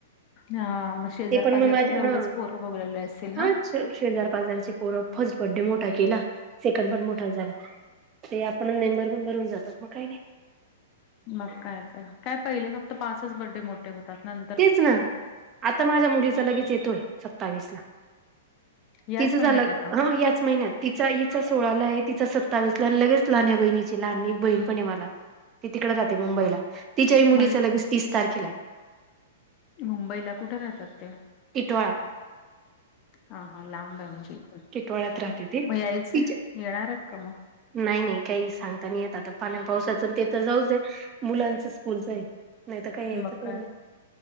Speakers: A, on the left; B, on the right.
A: हा मग शेजार
B: ते पण
A: पाजारचे
B: मग माझ्या
A: तेवढंच
B: हा
A: पोरं बघलेले असेल ना.
B: हा शेजार बाजार चे पोर फर्स्ट बर्डे मोठा केला सेकंड पण मोठा झाला ते आपण नेंबर बेंबर होऊन जातात मग काही नाही
A: मग काय तर काय पहिले फक्त पाच बर्डे मोठ होतंत
B: तेच ना आता माझ्या मुलीचा लगेच येतोय सत्तावीस ला
A: याच
B: तिचं
A: महिन्यात
B: झालं
A: आहे का
B: हो याच महिन्यात तिचा हिचा सोळा ला आहे तिचा सत्तावीसला आणि लगेच लहान आहे बहिणीची लहान एक बहीण पण आहे मला ती तिकडं जाते मुंबईला तिच्याही मुलीच
A: म्हणजे
B: लगेच तीस तारखेला आहे
A: मुंबईला कुठे राहतात ते
B: इतोळा
A: हा हा लांब आहे म्हणजे इथण
B: टिटवाळ्यात राहते ती
A: मग यायचं
B: तिच्या
A: येणारच का मग
B: नाही नाही काही सांगता नाही येत आता पाण्या पावसाचं ते तर जाऊच. मुलांचं स्कूलच आहे नाही तरर काही यायचंच
A: मग काय
B: ना.